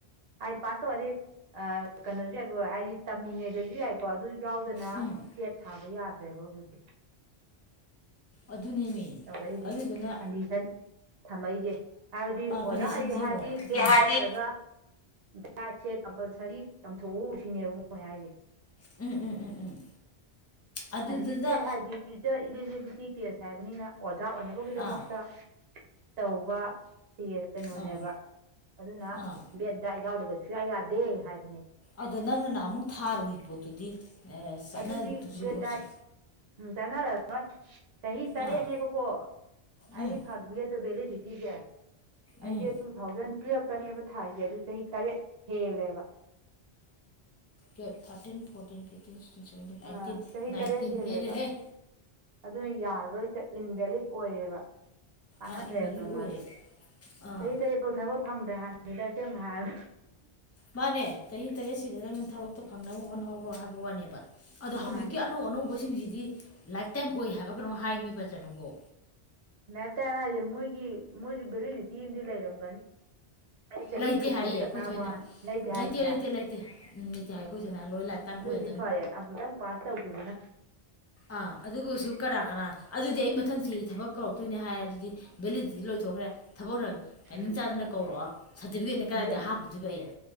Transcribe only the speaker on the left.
ꯎꯝ
ꯑꯗꯨꯅꯦꯃꯤ
ꯑꯗꯨꯗꯨꯅ
ꯀꯟꯗꯤꯁꯟꯁꯦ
ꯌꯦꯡꯉꯣ
ꯍꯥꯏꯗꯤ
ꯎꯝ ꯎꯝ ꯎꯝ ꯎꯝ ꯑꯗꯨꯗꯨꯗ
ꯑꯥ
ꯑꯥ
ꯑꯥ
ꯑꯗꯣ ꯅꯪꯅ ꯅꯍ ꯑꯃꯨꯛ ꯊꯥꯔꯨꯏ ꯄꯣꯠꯇꯨꯗꯤ ꯆꯠꯅꯗꯖꯤꯐꯥꯎꯁꯦ
ꯑꯥ ꯎꯝ
ꯎꯝ
ꯇ thirteen fourteen fifteen sixteen seventeen ꯑꯩꯠꯇꯤꯟ
ꯅꯥꯏꯟꯇꯤꯟ
ꯍꯦꯜꯂꯍꯦ
ꯑꯥ ꯏꯟꯚꯦꯂꯤꯠ
ꯑꯣꯏꯔꯦ ꯑꯥ
ꯃꯥꯅꯦ ꯆꯍꯤ ꯇꯔꯦꯠꯁꯤꯗ ꯅꯪꯅ ꯊꯕꯛꯇꯣ ꯐꯪꯅꯕ ꯍꯣꯠꯅꯍꯧꯔꯣ ꯍꯥꯏꯕ ꯋꯥꯅꯦꯕ ꯑꯗꯣ ꯍꯧꯖꯤꯛꯀꯤ
ꯑꯅꯧ ꯑꯅꯧꯕꯁꯤꯡꯁꯤꯗꯤ ꯂꯥꯏꯐꯇꯥꯏꯝ ꯑꯣꯏ ꯍꯥꯏꯕ ꯀꯩꯅꯣ ꯍꯥꯏꯃꯤ ꯐꯖꯅꯒꯣ
ꯂꯩꯇꯦ
ꯍꯥꯏꯌꯦ ꯑꯩꯈꯣꯏ
ꯁꯣꯏꯅ ꯂꯩꯇꯦ
ꯂꯩꯇꯦ ꯂꯩꯇꯦ ꯎꯝ ꯂꯩꯇꯦ ꯍꯥꯏꯌꯦ ꯑꯩꯈꯣꯏ ꯁꯣꯏꯗꯅ ꯂꯣꯏ ꯂꯥꯏ ꯇꯥꯏꯝ ꯑꯣꯏꯔꯦ
ꯑꯥ ꯑꯗꯨꯕꯨꯁꯨ ꯀꯅꯥ ꯀꯅꯥ ꯑꯗꯨꯗꯤ ꯑꯩ ꯃꯊꯪꯁꯤ ꯊꯕꯛ ꯀꯧꯔꯛꯇꯣꯏꯅꯦ ꯍꯥꯏꯔꯦ ꯑꯗꯨꯗꯤ ꯚꯦꯂꯤꯗꯤꯇꯤ ꯂꯣꯏꯊꯣꯛꯈ꯭ꯔꯦ ꯊꯕꯛꯅ ꯇꯥꯏꯃꯤꯡ
ꯆꯥꯗꯅ ꯀꯧꯔꯛꯑꯣ ꯁꯥꯔꯇꯤꯐꯤꯀꯦꯠꯅꯦ ꯀꯗꯥꯏꯗ
ꯍꯥꯞꯄꯨꯗꯨꯣꯏꯕ ꯑꯩꯦ